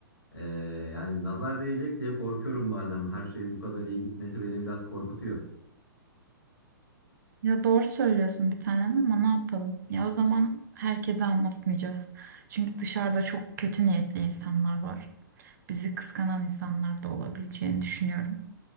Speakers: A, on the left; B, on the right.
A: Ee, yani nazar değecek diye korkuyorum bazen. Her şey bu kadar iyi gitmesi beni biraz korkutuyor.
B: Ya doğru söylüyorsun bir tanem ama ne yapalım? Ya o zaman herkese anlatmayacağız. Çünkü dışarıda çok kötü niyetli insanlar var. Bizi kıskanan insanlar da olabileceğini düşünüyorum.